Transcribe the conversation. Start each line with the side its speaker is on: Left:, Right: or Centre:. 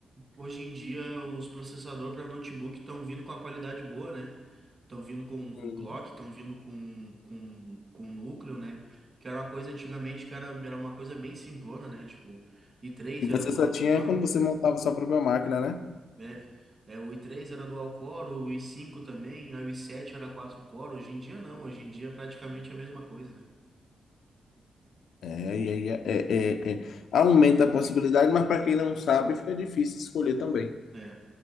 Right: Hoje em dia, os processadores para notebook estão vindo com a qualidade boa, né? Estão vindo com,
Left: Uhum.
Right: com clock, estão vindo com, com, com núcleo, né? Que era uma coisa antigamente que era, era uma coisa bem simplona, né? Tipo, i3
Left: E
Right: era
Left: você
Right: dual
Left: só tinha
Right: core,
Left: quando você montava sua própria máquina, né?
Right: né? É, o i3 era dual core, o i5 também, aí o i7 era quatro core. Hoje em dia, não. Hoje em dia é praticamente é a mesma coisa, né?
Left: É, e aí é, é, é, é. aumenta a possibilidade, mas para quem não sabe, fica difícil escolher também.
Right: É,